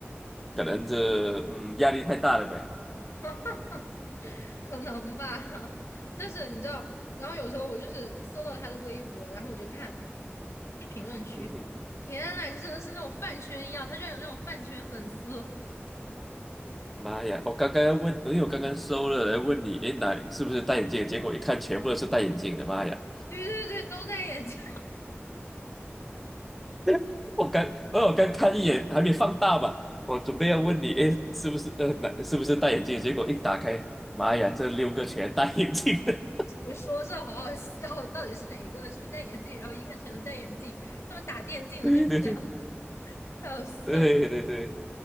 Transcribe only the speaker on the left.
真的，
<laughs> 可能吧。<laughs> 但是你知道，然后有时候我就是搜到他的微博，然后我就看他评论区，
天呐，就真的是那种饭圈一样，他居然有那种饭圈粉丝，
<laughs> 对对对，都戴眼镜。
你说这好好笑，到底是哪个？是不是戴眼镜？然后一看全都戴眼镜，他们打电竞的就是这样，
太好笑了，